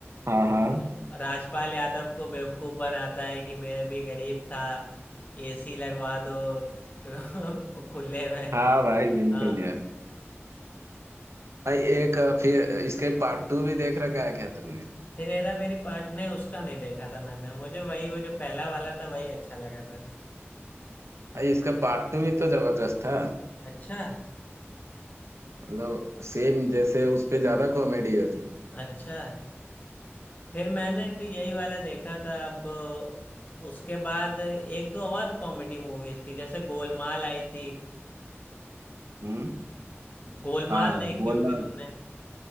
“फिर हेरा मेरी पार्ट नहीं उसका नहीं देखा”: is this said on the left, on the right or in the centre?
Left